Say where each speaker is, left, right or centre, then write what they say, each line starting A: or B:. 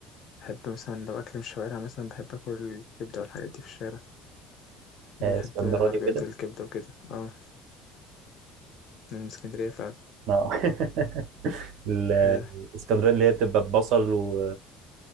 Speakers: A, on the left; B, on the right.
A: بحب مثلا لو اكل من الشوارع مثلا بحب اكل الكبده والحاجات دي في الشارع بحب
B: آه، اسكندراني
A: عربيات
B: وكده
A: الكبده وكده اه أنا من اسكندريه ف
B: اه <laughs> ال-
A: آه
B: الاسكندراني اللي هي بتبقى ببصل و...